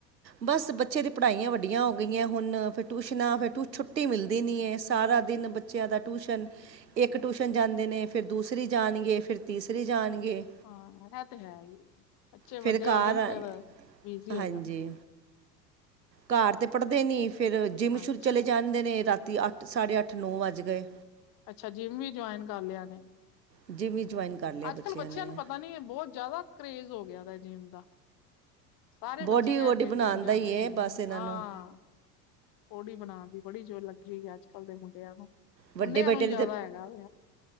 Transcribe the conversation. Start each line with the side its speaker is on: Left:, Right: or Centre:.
Right: ਬਸ ਬੱਚੇ ਦੀ ਪੜਾਈਆਂ ਵੱਡੀਆਂ ਹੋ ਗਈਆਂ ਹੁਣ ਫੇਰ ਟਿਊਸ਼ਨਾਂ ਫੇਰ ਟੁ ਛੁੱਟੀ ਮਿਲਦੀ ਨਹੀਂ ਐ ਸਾਰਾ ਦਿਨ ਬੱਚਿਆਂ ਦਾ ਟਿਊਸ਼ਨ ਇੱਕ ਟਿਊਸ਼ਨ ਜਾਂਦੇ ਨੇ, ਫੇਰ ਦੂਸਰੀ ਜਾਣਗੇ, ਫੇਰ ਤੀਸਰੀ ਜਾਣਗੇ।
Left: ਹਾਂ ਏਹ ਤੇ ਹੈ ਹੀ ਏ। ਬੱਚੇ
Right: ਫਿਰ
Left: ਵੱਡੇ
Right: ਘਰ
Left: ਹੋ ਜਾਣ
Right: ਆ
Left: ਫੇਰ, ਬਿਜੀ਼
Right: ਹਾਂਜੀ
Left: ਹੋ ਜਾਣਦਾ ਏ।
Right: ਘਰ ਤੇ ਪੜਦੇ ਨੀ ਫੇਰ ਜਿੰਮ ਸ਼ੁਰ
Left: ਅੱਛਾ
Right: ਚਲੇ ਜਾਂਦੇ ਨੇ ਰਾਤੀ ਅੱਠ ਸਾਢੇ ਅੱਠ ਨੌਂ ਵੱਜ ਗਏ
Left: ਅੱਛਾ ਜਿੰਮ ਵੀ ਜੁਆਇਨ ਕਰ ਲਿਆ ਨੇ?
Right: ਜਿੰਮ ਹੀ ਜੁਆਇਨ ਕਰ ਲਿਆ
Left: ਅੱਜ ਕੱਲ ਬੱਚਿਆਂ
Right: ਨੇ
Left: ਨੂੰ ਪਤਾ ਨੀ ਬਹੁਤ ਜ਼ਿਆਦਾ ਕਰੇਜ਼ ਹੋ ਗਿਆ ਦੇ ਜਿੰਮ ਦਾ। ਸਾਰੇ
Right: ਬੋਡੀ
Left: ਬੱਚੇ ਕਹਿਣਗੇ
Right: ਬੋਡੀ ਬਣਾਉਣ
Left: ਜਿਮ ਜਾਨਾ
Right: ਦਾ ਹੀ
Left: ਐ
Right: ਹੈ
Left: ਜਿਮ
Right: ਬਸ
Left: ਜਾਨਾ ਐ
Right: ਇਹਨਾਂ
Left: ਹਾਂ।
Right: ਨੂੰ
Left: ਬੋਡੀ ਬਣਾਉਣ ਦੀ ਬੜੀ ਜੇਰ ਲੱਗੀ ਹੋਈ ਹੈ ਅੱਜ ਕੱਲ ਦੇ ਮੁੰਡਿਆਂ ਨੂੰ।
Right: ਵੱਡੇ
Left: ਹੁਣੇ
Right: ਬੇਟੇ
Left: ਓਨੂੰ ਯਾਦ
Right: ਦੀ
Left: ਆਏਗਾ।